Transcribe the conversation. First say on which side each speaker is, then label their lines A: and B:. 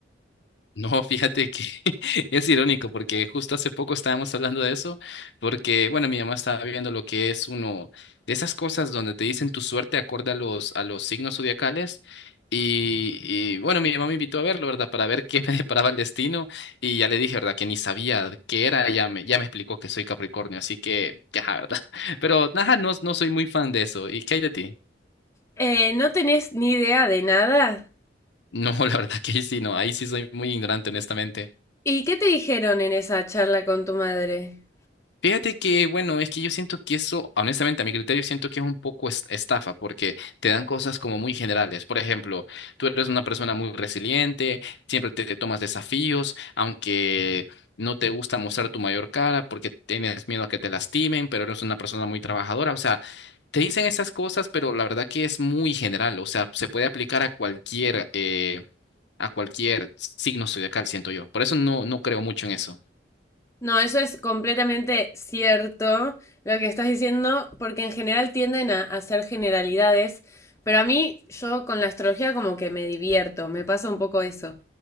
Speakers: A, on the left; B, on the left.
A: <laughs> No, fíjate que <laughs> es irónico porque justo hace poco estábamos hablando de eso, porque bueno, mi mamá estaba viendo lo que es uno de esas cosas donde te dicen tu suerte acorde a los, a los signos zodiacales. Y, y, bueno, mi mamá me invitó a verlo, ¿verdad? Para ver <laughs> qué me deparaba el destino. Y ya le dije, ¿verdad? Que ni sabía qué era. Ya me, ya me explicó que soy Capricornio, así que, ya, ¿verdad? <laughs> Pero nada, no, no soy muy fan de eso. ¿Y qué hay de ti?
B: Eh, ¿no tenés ni idea de nada?
A: No, <laughs> la verdad que ahí sí, no, ahí sí soy muy ignorante, honestamente.
B: ¿Y qué te dijeron en esa charla con tu madre?
A: Fíjate que, bueno, es que yo siento que eso, honestamente, a mi criterio, siento que es un poco es- estafa, porque te dan cosas como muy generales. Por ejemplo, tú eres una persona muy resiliente, siempre te tomas desafíos, aunque no te gusta mostrar tu mayor cara porque tienes miedo a que te lastimen, pero eres una persona muy trabajadora. O sea, te dicen esas cosas, pero la verdad que es muy general. O sea, se puede aplicar a cualquier, eh, a cualquier signo zodiacal, siento yo. Por eso no, no creo mucho en eso.
B: No, eso es completamente cierto lo que estás diciendo, porque en general tienden a hacer generalidades, pero a mí yo con la astrología como que me divierto, me pasa un poco eso.